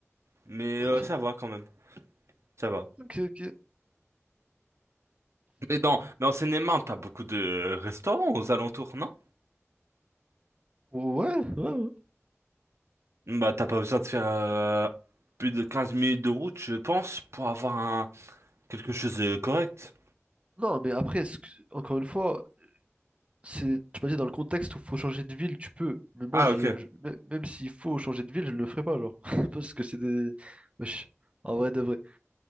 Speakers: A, on the right; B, on the right.
A: mais
B: Ok,
A: euh, ça va quand même. Ça va.
B: ok, ok.
A: Mais dans, mais en Seine-et-Marne, t'as beaucoup de restaurants aux alentours, non?
B: Ouais, ouais, ouais.
A: Bah, t'as pas besoin de faire euh, plus de 15 minutes de route, je pense, pour avoir un quelque chose de correct.
B: Non, mais après, ce que- encore une fois, c'est, tu m'as dit dans le contexte où faut changer de ville, tu peux. Mais moi,
A: Ah,
B: je,
A: ok.
B: je- mê- même s'il faut changer de ville, je ne le ferai pas, genre. <laughs> Parce que c'est des. Wesh, en vrai de vrai.